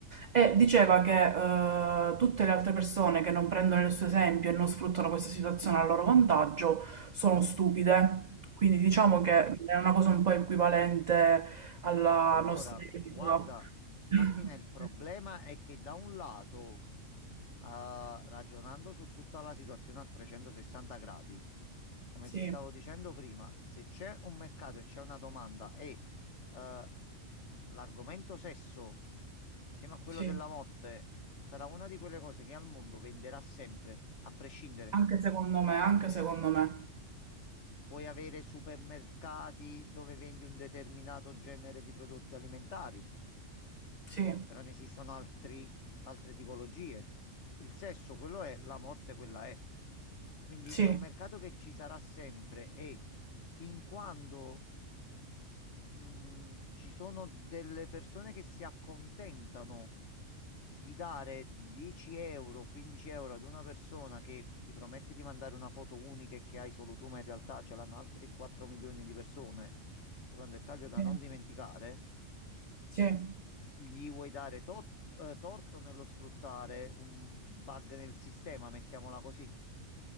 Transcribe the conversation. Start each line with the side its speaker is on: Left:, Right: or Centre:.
Right: e diceva che eh, tutte le altre persone che non prendono il suo esempio e non sfruttano questa situazione a loro vantaggio sono stupide. Quindi diciamo
Left: Mm.
Right: che è una cosa un po' equivalente alla
Left: Allora,
Right: nostra vita.
Left: guarda, Martina,
Right: <clears throat>
Left: il problema
Right: <laughs>
Left: è che da un lato, eh, ragionando su tutta la situazione a 360 gradi, come
Right: Sì,
Left: ti stavo dicendo prima, se c'è un mercato e c'è una domanda e eh, l'argomento sesso insieme a quello
Right: sì,
Left: della morte, sarà una di quelle cose che al mondo venderà sempre, a prescindere.
Right: anche secondo me, anche secondo me.
Left: Puoi avere supermercati dove vendi un determinato genere di prodotti alimentari,
Right: Sì,
Left: però ne esistono altri- altre tipologie. Il sesso, quello è, la morte, quella è. Quindi
Right: sì,
Left: è un mercato che ci sarà sempre e fin quando mm, ci sono delle persone che si accontentano di dare 10 euro, 15 euro ad una persona che ti promette di mandare una foto unica e che hai solo tu, ma in realtà ce l'hanno altri 4 milioni di persone. Sembra un dettaglio da
Right: sì,
Left: non dimenticare.
Right: sì.
Left: Gli vuoi dare to- eh, torto nello sfruttare un bug nel sistema, mettiamola così.